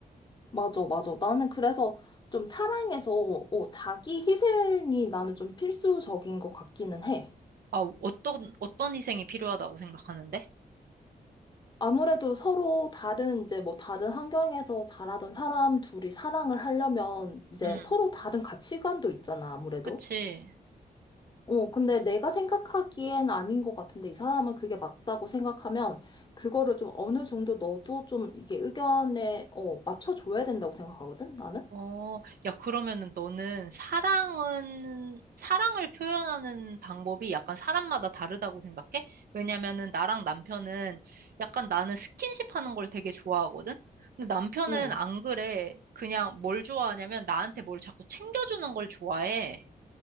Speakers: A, on the left; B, on the right.
A: 맞아, 맞아. 나는 그래서 좀 사랑에서 어, 자기 희생이 나는 좀 필수적인 것 같기는 해.
B: 아, 어떤, 어떤 희생이 필요하다고 생각하는데?
A: 아무래도 서로 다른 이제 뭐 다른 환경에서 자라던 사람 둘이 사랑을 하려면 이제
B: 음,
A: 서로 다른 가치관도 있잖아, 아무래도.
B: 그치.
A: 어, 근데 내가 생각하기엔 아닌 것 같은데 이 사람은 그게 맞다고 생각하면 그거를 좀 어느 정도 너도 좀 이게 의견에 어, 맞춰줘야 된다고 생각하거든, 나는?
B: 어, 야, 그러면은 너는 사랑은, 사랑을 표현하는 방법이 약간 사람마다 다르다고 생각해? 왜냐면은 나랑 남편은 약간 나는 스킨십 하는 걸 되게 좋아하거든? 근데 남편은
A: 응.
B: 안 그래. 그냥 뭘 좋아하냐면 나한테 뭘 자꾸 챙겨주는 걸 좋아해.